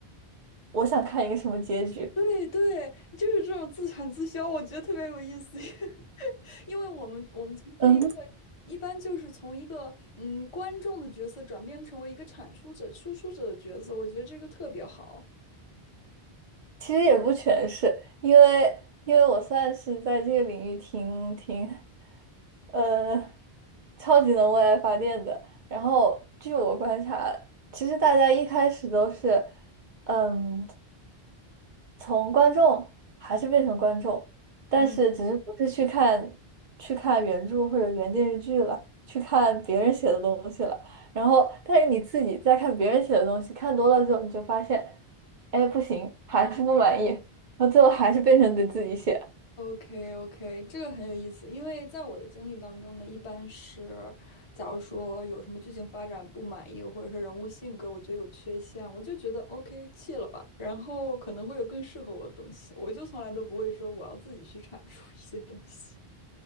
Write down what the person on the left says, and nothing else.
对对，就是这种自产自销，我觉得特别有意思，<laughs> 因为我们我们从这一刻
一般就是从一个嗯观众的角色转变成为一个产出者、输出者的角色，我觉得这个特别好。
嗯。
OK OK，这个很有意思，因为在我的经历当中呢，一般是，假如说有什么剧情发展不满意，或者是人物性格我觉得有缺陷，我就觉得 OK 弃了吧，然后可能会有更适合我的东西，我就从来都不会说我要自己去产出一些东西。